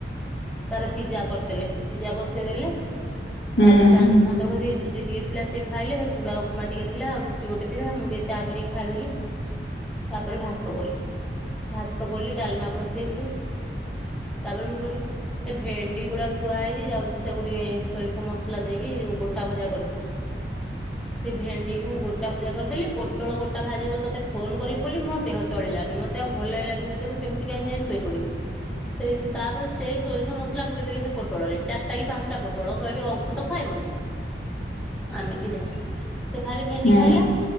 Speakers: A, in the centre; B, on the left.
A: ତାର ସିଝା କରିଦେଲେ ସିଝା ବସେଇଦେଲେ।
B: ହୁଁ
A: ତାପରେ ଦାନ୍ତ ଫାନ୍ତ ଘସିକି ସୁଜି ଟିକେ ଥିଲା। ସେ ଖାଇଲେ ସେ ଚୁଡା ଉପମା ଟିକେ ଥିଲା ଆଉ ରୁଟି ଗୋଟେ ଥିଲା ମୁଁ ଟିକେ ଚା କରିି ଖାଇଦେଲି ତାପରେ ଭାତ କଲି ଭାତ କଲି ଡାଲମା ବସେଇଲି। ତାପରେ ମୁଁ କହିଲି ସେ ଭେଣ୍ଡି ଗୁଡା ଥୁଆ ହେଇଛି ଯାଉଛି ତାକୁ ଟିକେ ସୋରିଷ ମସଲା ଦେଇକି ଯୋଉ ଗୋଟା ଭଜା କରିଦେବି ସେ ଭେଣ୍ଡିକୁ ଗୋଟା ଭଜା କରିଦେଲି ପୋଟଳ ଗୋ ଟା ଭାଜିବି ବୋଲି ତତେ ଫୋନ୍ କରିବି ବୋଲି ମୋ ଦେହ ଚଳିଲାନି ମତେ ଆଉ ଭଲ୍ ଲାଗିଲାନି ସେତେବେଳକୁ କେମିତି କାହିଁ ଯାଇ ଶୋଇପଡ଼ିବି। ସେଇକି ତାପରେ ସେଇ ସୋରିଷ ମସଲା ପୁରେଇ ଦେଲି ସେ ପୋଟଳରେ ଚାରିଟା କି ପାଞ୍ଚଟା ପୋଟଳ କହିଲି ଅଂଶୁ ତ ଖାଇବନି।
B: ହ <inaudible>
A: ଆମେ ଦି ଜଣ। ସେ ଖାଲି ଭେଣ୍ଡି
B: ହଁ
A: ଖାଇଲା